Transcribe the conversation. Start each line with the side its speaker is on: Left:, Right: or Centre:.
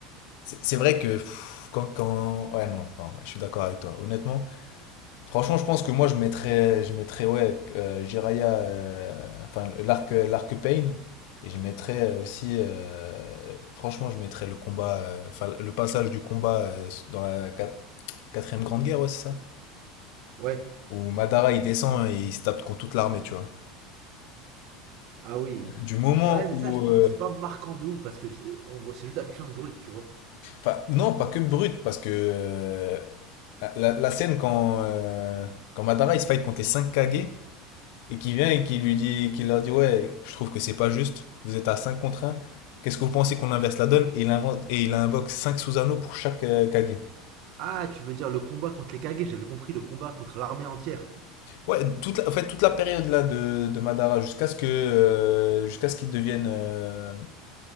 Left: C'est c'est vrai que pff, quand, quand... Ouais, non, non, je suis d'accord avec toi. Honnêtement, Franchement, je pense que moi, je mettrais, je mettrais ouais, euh, Jiraya, euh, enfin, l'arc, l'arc Pain. Et je mettrais aussi, euh, franchement, je mettrais le combat, euh, enfin, le passage du combat euh, dans la quat- quatrième grande guerre, ouais, c'est ça?
Right: Ouais,
Left: Où Madara, il descend et il se tape contre toute l'armée, tu vois.
Right: Ah oui.
Left: Du moment
Right: Ouais, mais
Left: où,
Right: ça, je trouve,
Left: euh,
Right: c'est pas marquant de ouf parce que je- on voit, c'est juste la puissance brute, tu vois.
Left: enfin, non, pas que brut, parce que euh, la, la scène quand, euh, quand Madara, il se fight contre les 5 Kage, et qui vient et qui lui dit, qui leur dit, ouais, je trouve que c'est pas juste, vous êtes à 5 contre un. qu'est-ce que vous pensez qu'on inverse la donne? Et il invente, et il invoque cinq Susanoo pour chaque euh, Kage.
Right: Ah, tu veux dire le combat contre les Kage, j'avais compris, le combat contre l'armée entière.
Left: Ouais, toute la, en fait, toute la période là de, de Madara jusqu'à ce que, euh, jusqu'à ce qu'il devienne, euh,